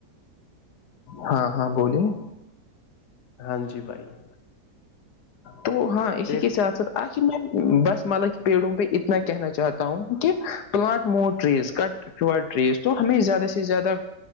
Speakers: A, on the left; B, on the left.
A: ہاں- ہاں بولیے-
B: ہاں جی بھائی-
A: تو ہاں اسی
B: دیکھ
A: کے ساتھ ساتھ آخر میں بس- ملک بھیڑوں پہ اتنا کہنا چاہتا ہوں- plant more trees cut fewer trees تو ہمیں زیادہ سے زیادہ-